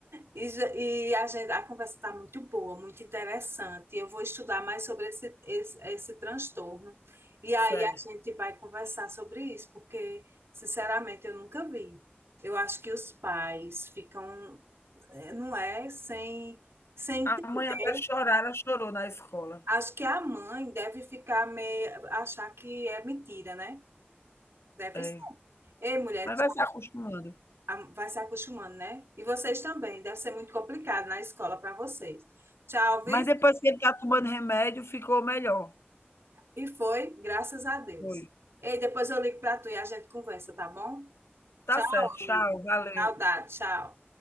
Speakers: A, on the right; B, on the left.
A: E, já- e a gente, a conversa está muito boa, muito interessante. Eu vou estudar mais sobre esse, esse, esse transtorno. E aí
B: Certo.
A: a gente vai conversar sobre isso, porque, sinceramente, eu nunca vi. Eu acho que os pais ficam, eh, não é, sem, sem entender.
B: A mãe até chorar, ela chorou na escola.
A: Acho que a mãe deve ficar meio, achar que é mentira, né? Deve
B: É.
A: ser. Ei, mulher,
B: Mas vai se acostumando.
A: a- vai se acostumando, né? E vocês também, deve ser muito complicado na escola para vocês. Tchau,
B: Mas
A: viu?
B: depois que ele está tomando remédio, ficou melhor.
A: E foi, graças a Deus.
B: Foi.
A: Ei, depois eu ligo para tu e a gente conversa, tá bom?
B: Tá
A: Tchau,
B: certo, tchau,
A: amiga.
B: valeu.
A: Saudade, tchau.